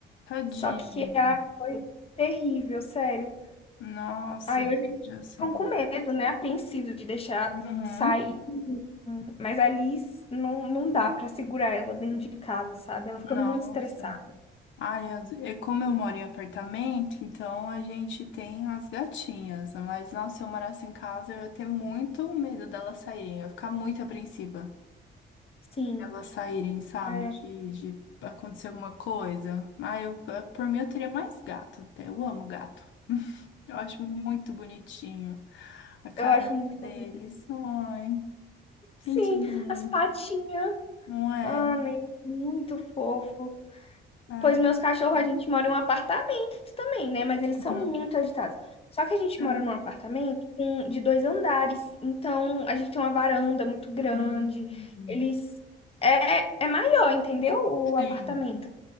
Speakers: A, on the left; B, on the left.
A: Tadinho.
B: Só que ai, foi terrível, sério.
A: Nossa,
B: Aí
A: que
B: hoje eles
A: judiação.
B: ficam com medo, né? Apreensivos de deixar
A: Uhum.
B: sair. Mas a Alice não, não dá pra segurar ela dentro de casa, sabe? Ela fica
A: Nossa.
B: muito estressada.
A: Ai, as- e como eu moro em apartamento, então a gente tem as gatinhas. Mas, nossa, se eu morasse em casa, eu ia ter muito medo delas saírem. Eu ia ficar muito apreensiva.
B: Sim.
A: Elas saírem, sabe?
B: É,
A: De, de acontecer alguma coisa. Ai, eu, eu- por mim, eu teria mais gato até. Eu amo gato. <laughs> Eu acho muito bonitinho a carinha
B: eu acho muito
A: deles.
B: fofo.
A: Ai,
B: Sim,
A: gente, não,
B: as patinhas.
A: não é.
B: Ah, né? Muito fofo.
A: Ai,
B: Pois meus cachorros, a gente mora em um apartamento também, né? Mas eles
A: uhum.
B: são muito agitados. Só que a gente
A: É.
B: mora num apartamento com- de dois andares. Então, a gente tem uma varanda muito grande.
A: Hum,
B: Eles. É, é maior, entendeu? O
A: sim.
B: apartamento.